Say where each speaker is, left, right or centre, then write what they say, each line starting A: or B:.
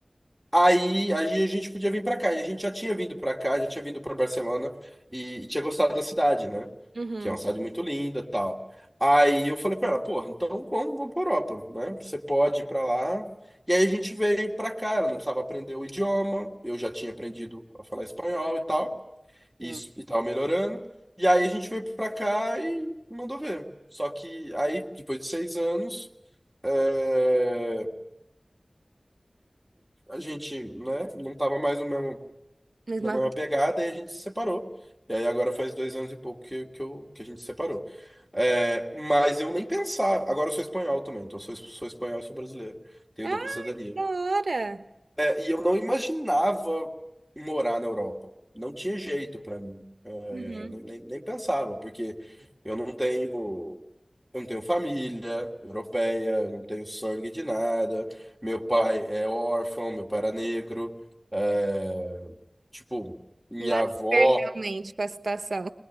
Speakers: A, in the centre; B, on the right.
A: Aí, aí a gente podia vir pra cá. E a gente já tinha vindo pra cá, já tinha vindo pra Barcelona e, e tinha gostado da cidade, né?
B: Uhum.
A: Que é uma cidade muito linda, tal. Aí eu falei pra ela, porra, então vamos, vamos pra Europa, né? Você pode ir pra lá. E aí a gente veio pra cá, ela não precisava aprender o idioma, eu já tinha aprendido a falar espanhol e tal, e
B: Hum,
A: isso e tava melhorando. E aí a gente veio pra cá e mandou ver. Só que aí, depois de seis anos, é, a gente, né, não tava mais no mesmo
B: Mesma.
A: na mesma pegada, e a gente se separou. E aí agora faz dois anos e pouco que, que, eu, que a gente se separou. É, mas eu nem pensava. Agora eu sou espanhol também, então eu sou, sou espanhol e sou brasileiro. Tenho
B: Ah,
A: dupla cidadania.
B: da hora.
A: É, e eu não imaginava morar na Europa. Não tinha jeito pra mim. É,
B: Uhum.
A: nem, nem, nem pensava, porque eu não tenho. Eu não tenho família europeia, eu não tenho sangue de nada. Meu pai é órfão, meu pai era negro. é, Tipo, minha
B: Nada
A: avó.
B: a ver realmente com a situação.